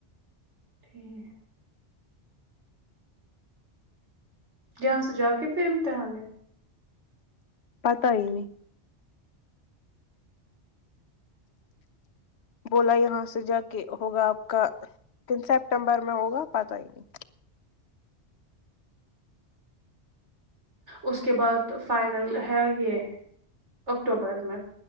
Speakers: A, on the right; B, on the left.
A: ٹھیک یہاں سے جا کے پھر امتحان ہے
B: پتہ ہی نہیں بولا یہاں سے جا کے ہوگا آپ کا کن سپٹمبر میں ہوگا پتہ ہی نہیں
A: اس کے بعد فائنل ہے یے اکٹوبر میں